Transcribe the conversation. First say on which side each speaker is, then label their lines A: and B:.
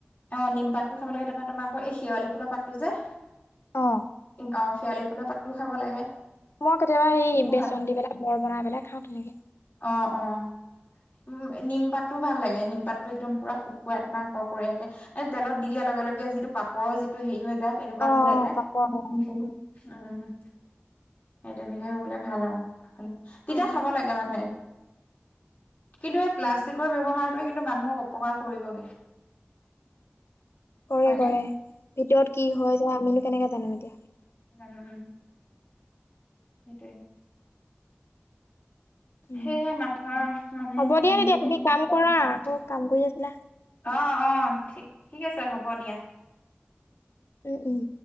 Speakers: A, on the left; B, on the left.
A: অ', নিম পাতটো খাব লাগে, তাৰমান তোমাৰ, আকৌ এই শেৱালি ফুলৰ পাতটো যে,
B: অ'।
A: <unintelligible> আ, শেৱলি ফুলৰ পাতোও খাব লাগে।
B: মই কেতিয়াবা সেই
A: সেইবোৰ
B: বেচন
A: ভাল
B: দি পেলাই বৰ বনাই পেলাই খাওঁ তেনেকে।
A: অ', অ'। উম, নিমপাতটোও ভাল লাগে, নিমপাতটো একদম পুৰা শুকুৱাই তোমাৰ কৰকৰীয়াকে এই তেলত দি দিয়াৰ লগে লগে যিটো পাপৰৰ যিটো হেৰি হৈ যায়, তেনেকুৱা
B: অ',
A: হৈ যায় যে।
B: পাপৰ
A: <inaudible>
B: উম।
A: অ', সেই তেনেকে হৈ গ'লে ভাল আৰু
B: হয়,
A: তিতা
B: হয়,
A: খাব লাগে মানুহে। কিন্তু এই প্লাষ্টিকৰ
B: হয়।
A: ব্যৱহাৰটোৱে কিন্তু মানুহক অপকাৰ কৰিবগে।
B: কৰে,
A: হয়নে
B: কৰে, ভিতৰত কি হয় যায় আমিনো কেনেকে জানম এতিয়া।
A: এই জানোঁ। সেইটোৱেই।
B: উম,
A: সেয়ে মানুহৰ মানে
B: হ'ব দিয়া
A: <unintelligible>
B: তেতিয়া তুমি কাম কৰা আকৌ
A: অ',
B: কাম কৰি আছিলা।
A: অ', ঠিক, ঠিক আছে হ'ব দিয়া।
B: উম, উম।